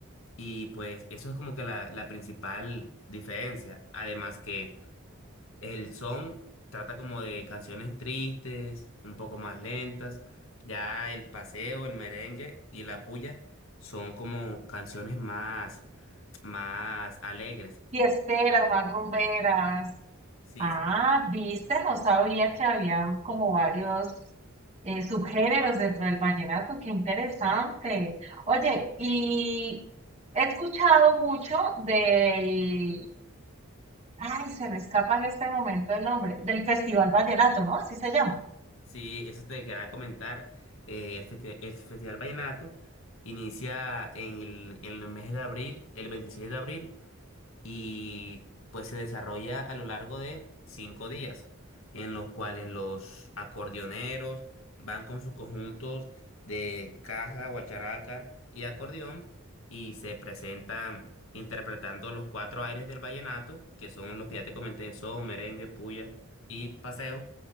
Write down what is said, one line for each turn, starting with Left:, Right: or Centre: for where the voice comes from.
Left: y pues eso es como que la, la principal diferencia. Además que el son trata como de canciones tristes, un poco más lentas. Ya el paseo, el merengue y la puya son como canciones más, más alegres.
Right: Fiesteras, rumberas.
Left: Sí,
Right: Ah,
Left: sí,
Right: viste, no sabía que había como varios eh, subgéneros dentro del vallenato, qué interesante. Oye, y he escuchado mucho del, ay, se me escapa en este momento el nombre, del Festival Vallenato, ¿no? Así se llama.
Left: sí, eso te quería comentar. Eh, el, festi- el Festival Vallenato inicia en el, en el mes de abril, el 26 de abril, y pues se desarrolla a lo largo de cinco días, en los cuales los acordeoneros van con sus conjuntos de caja, guacharaca y acordeón y se presentan interpretando los cuatro aires del vallenato, que son los que ya te comenté, son merengue, puya y paseo,